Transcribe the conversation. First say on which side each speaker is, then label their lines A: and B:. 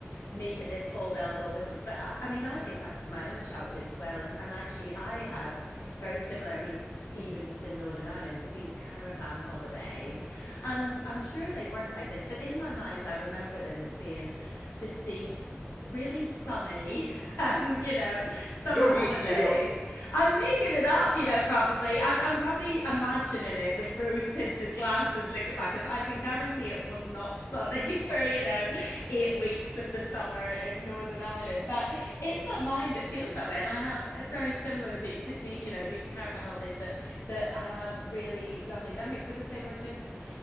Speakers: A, on the left (about 80°); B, on the left (about 50°).
A: make it this all bells all whistles but I, I mean i think back to my own childhood as well and, and actually i had very similar i mean even just in northern ireland these caravan holidays and i'm sure they weren't like this but in my mind i remember them as being just these really sunny, <laughs> um, you know, summer
B: you're making
A: holidays.
B: it up.
A: I'm making it up, you know, probably. I'm, I'm probably imagining it with rose tinted glasses looking back, because I can guarantee it was not sunny <laughs> for, you know, eight weeks of the summer in Northern Ireland. But in my mind, it feels that way. And I have a very similar, the, to the, you know, these caravan holidays that, that I have really lovely memories because they were just